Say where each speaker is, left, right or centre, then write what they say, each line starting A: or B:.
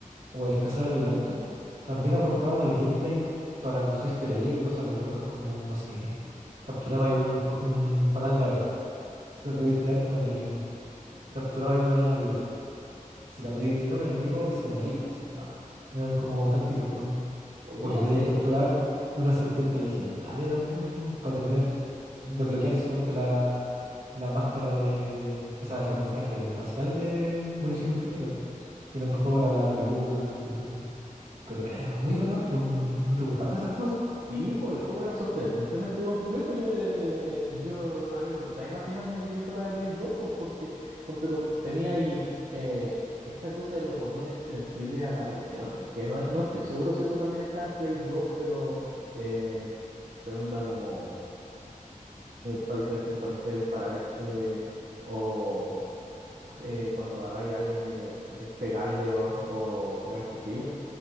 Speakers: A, on the right; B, on the right.
A: o el cazar alimentos, también aportaban al gameplay para su easter egg o cosas locas como, no sé, capturaba ahí un, un panal de abejas se la podíais tirar a un enemigo. Capturabais una araña viva. Se la podíais tirar a un enemigo y se moría, así, guau. Eran como tácticas buenas.
B: ¿podía
A: O que
B: hacer
A: podíais capturar
B: eso?
A: una serpiente legendaria también, para tener, desbloquear, suponte, la, la máscara de, o sea, el camuflaje facial de munición infinita, po. Que en otros juegos era la peluca, típico, no sé. Pero era, era muy bacán, po, ¿No, no te gustaban esas cosas?
B: Sí, pues el juego era sorprendentemente complejo. Yo, eh, yo- a mí me costaba imaginarme que fuera de Play 2, pues porque, ponte tú, tenía ahí eh, esta cosa de los botones sensibles a la presión, que no, no estoy seguro si eso también está en Play 2, pero, eh, pero onda como para diferencia entre apuntar y disparar eh, eh, o eh, cuando agarráis a alguien eh, eh, pegarle o, o sacar el cuchillo.